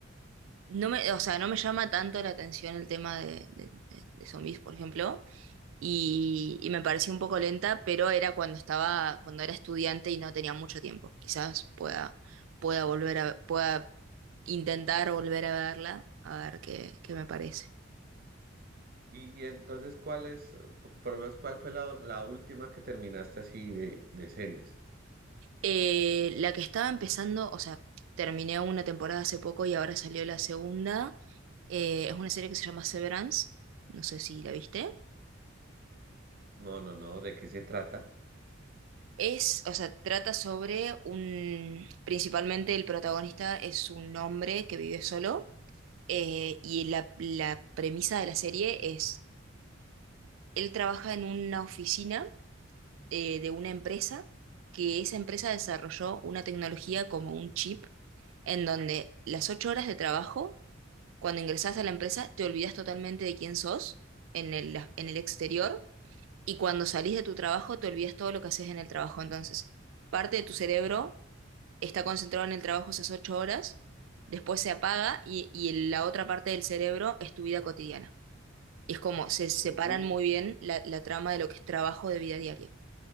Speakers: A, on the right; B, on the right.
A: no me, o sea, no me llama tanto la atención el tema de, de- de- de zombies, por ejemplo, y, y me pareció un poco lenta, pero era cuando estaba, cuando era estudiante y no tenía mucho tiempo. Quizás pueda, pueda volver a, pueda intentar volver a verla, a ver qué, qué me parece.
B: Y, y entonces, ¿cuál es, eh, po- por lo menos, cuál fue la, la última que terminaste así de, de series?
A: Eh, la que estaba empezando, o sea, terminé una temporada hace poco y ahora salió la segunda. eh, es una serie que se llama Severance. No sé si la viste.
B: No, no, no, ¿de qué se trata?
A: Es, o sea, trata sobre un, principalmente el protagonista es un hombre que vive solo eh, y la, la premisa de la serie es, él trabaja en una oficina eh, de una empresa que esa empresa desarrolló una tecnología como un chip en donde las ocho horas de trabajo Cuando ingresás a la empresa, te olvidas totalmente de quién sos en el, en el exterior y cuando salís de tu trabajo, te olvidas todo lo que haces en el trabajo. Entonces, parte de tu cerebro está concentrado en el trabajo esas ocho horas, después se apaga y, y la otra parte del cerebro es tu vida cotidiana. es como se separan
B: Uy,
A: muy bien la, la trama de lo que es trabajo de vida diaria.